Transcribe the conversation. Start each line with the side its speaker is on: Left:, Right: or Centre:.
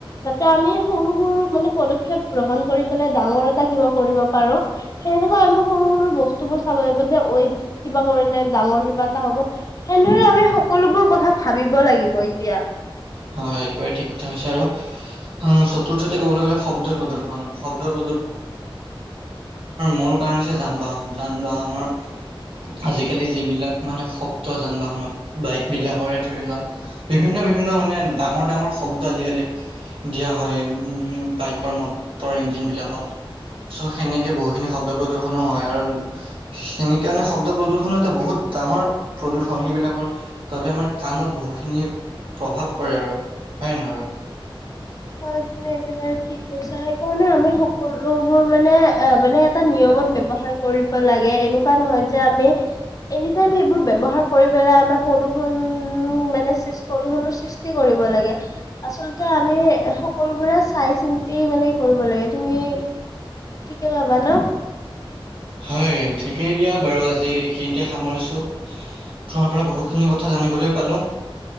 Left: যাতে আমি সৰু বোৰো মানে পদক্ষেপ গ্ৰহণ কৰি পেলাই ডাঙৰ এটা কিবা কৰিব পাৰোঁ। সেনেকৈ আমি সৰু সৰু বস্তুবোৰ চাব লাগিব যে ঐত কিবা কৰিলে ডাঙৰ কিবা এটা হ'ব। সেনেদৰে আমি সকলোবোৰ কথা ভাবিব লাগিব এতিয়া।
Right: হয় হয় একেবাৰে ঠিক কথা হৈছে আৰু উ চতুৰ্থতে ক'বলৈ গ'লে শব্দৰ প্ৰদৰ্শন শব্দ ৰ মূল কাৰণ হৈছে যান বাহন যান বাহনৰ। আজিকালি যিবিলাক মানে শব্দ যান বাহনত বাইক বিলাকৰে ধৰি লোৱা বিভিন্ন, বিভিন্ন মানে, ডাঙৰ ডাঙৰ শব্দ আজিকালি দিয়া হয় উ বাইকৰ মটৰ ইঞ্জিন বিলাকত। চ সেনেকে বহুখিনি শব্দ প্ৰদৰ্শনো হয় আৰু সেনেকে মানে শব্দ প্ৰদৰ্শনো এটা বহুত, ডাঙৰ প্ৰদূ্ষণ সেইবিলাকৰ বাবে আমাৰ কাণত বহুখিনি প্ৰভাৱ, কৰে আৰু হয়ে নহয় বাৰু
Left: হয় তুমি একেবাৰে ঠিকৈছা হেকাৰ নে আমি সকলো। সকলো বোৰ মানে অ মানে এটা নিয়মত ব্যৱহাৰ কৰিব লাগে এনেকুৱা নহয় যে আমি এনি টাইম সেইবোৰ ব্যবহাৰ কৰি পেলাই আমাৰ প্ৰদূষণ, উম মানে প্ৰদূষণৰ সৃষ্টি কৰিব লাগে আচলতে আমি, সকলোবোৰে চাই চিন্তি মানে কৰিব লাগে তুমি, ঠিকে ভাবা ন,
Right: হয় ঠিকেই দিয়া বাৰু আজি, আজি এইখিনিতে সামৰিছো তোমাৰ পৰা বহুখিনি কথা জানিবলৈ পালো।